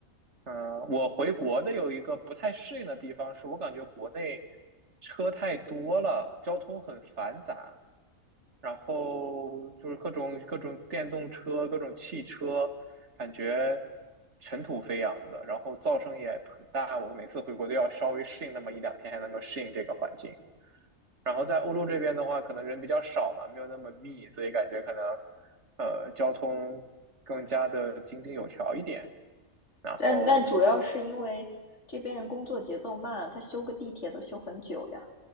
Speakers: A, on the right; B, on the left.
A: 嗯、我回国的有一个不太适应的地方是，我感觉国内车太多了，交通很繁杂。然后就是各种各种电动车、各种汽车，感觉尘土飞扬的，然后噪声也很大。我每次回国都要稍微适应那么一两天，才能够适应这个环境。然后在欧洲这边的话，可能人比较少吧，没有那么密，所以感觉可能呃交通更加的井井有条一点。然后
B: 但但主要是因为这边人工作节奏慢，他修个地铁都修很久呀。